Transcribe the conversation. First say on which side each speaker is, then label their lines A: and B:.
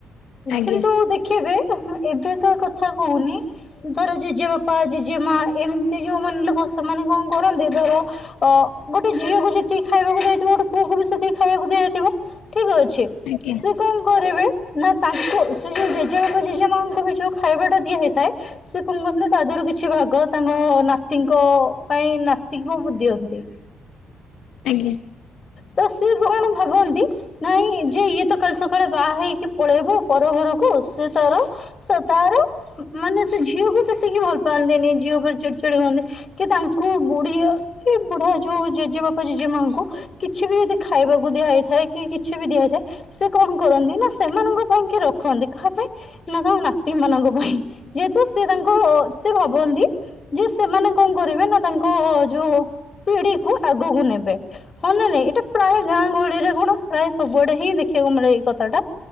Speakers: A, on the left; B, on the left.
A: ଆଜ୍ଞା
B: କିନ୍ତୁ ଦେ ଖିବେ <unintelligible> ଏବେ କା କଥା କୋହୁନି। ଧର ଜେଜେ ବାପା ଜେଜେ ମା ଏମିତି ଯୋଉମାନେ ଲୋକ ସେମାନେ କଣ କରନ୍ତି। ଧର ଅ ଗୋଟେ ଝିଅକୁ ଯେତିକି ଖାଇବାକୁ ଦିଆହେଇଥିବ। ଗୋଟେ ପୁଅକୁ ବି ସେତିକି ଖାଇବାକୁ ଦିଆହେଇଥିବ ଠିକ୍ ଅଛି।
A: ଆଜ୍ଞ।
B: ସେ କଣ କରିବେ ନା ତାଙ୍କୁ ସେ ଯୋଉ ଜେଜେବା ଜେଜେ ମାଙ୍କୁ ବି ଯୋଉ ଖାଇବା ଟା ଦିଆହେଇଥାଏ। ସେ କୁଣ କହନ୍ତି ତା ଦେହରୁ କିଛି ଭାଗ ତାଙ୍କ ନାତିଙ୍କ ପାଇଁ ନାତିକୁ ଦିଅନ୍ତି।
A: ଆଜ୍ଞା।
B: ତ ସିଏ ବି କଣ ଭାବନ୍ତି। ନାଇଁ ଯେ ଇଏ ତ କାଲି ସକାଳେ ବାହା ହେଇକି ପଳେଇବ ପର ଘରକୁ ସେ ତାର ତାର ମାନେ ସେ ଝିଅକୁ ସେତିକି ଭଲ ପାଆନ୍ତିନି ଝିଅ ଉପରେ ଚିଡି ଚଡି ହୁଅନ୍ତି। କି ତାଙ୍କୁ ବୁଢୀ କି ବୁଢା ଯୋଉ ଜେଜେ ବାପା ଜେଜେ ମାଙ୍କୁ କିଛି ବି ଯଦି ଖାଇବାକୁ ଦିଆହେଇଥାଏ କି କିଛି ବି ଦିଆହେଇଥାଏ। ସେ କଣ କରନ୍ତି ନା ସେମାନଙ୍କ ପାଇଁ କି ରଖନ୍ତି। କାହା ପାଇଁ ନା ତାଙ୍କ ନାତି ମାନଙ୍କ ପାଇଁ ଯେହେତୁ ସେ ତାଙ୍କ ସେ ଭାବନ୍ତି ଯେ ସେମାନେ କଣ କରିବେ ନା ତାଙ୍କ ଯୋଉ ପିଢିକୁ ଆଗକୁ ନେବେ। ହଁ ନାଇଁ ନାଇଁ ଏଇଟା ପ୍ରାୟ ଗାଁ ଗହଳିରେ କଣ ପ୍ରାୟ ସବୁଆଡେ ହିଁ ଦେଖିବାକୁ ମିଳେ ଏଇ କଥା ଟା।